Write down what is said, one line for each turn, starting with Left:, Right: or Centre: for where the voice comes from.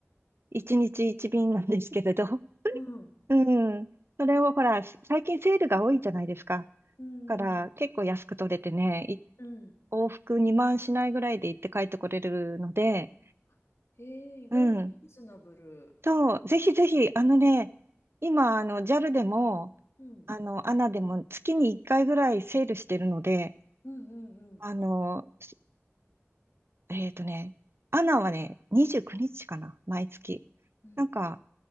Right: 一日一便なんですけれど。
Left: うん。
Right: うん。それをほら、し最近セールが多いじゃないですか。
Left: うんうん、
Right: だから結構安く取れてね、い
Left: うん。
Right: 往復2万しないぐらいで行って帰ってこれるので、
Left: あへえ、意外とリーズナブル。
Right: うん。そう、ぜひぜひ、あのね、今、あの、JAL
Left: うん、
Right: でも、
Left: うん、
Right: あの、ANA でも月に1回ぐらいセールしてるので、
Left: うん、うんうん、
Right: あの、しえっとね、ANA はね、29日かな、毎月。
Left: うん。
Right: なんか、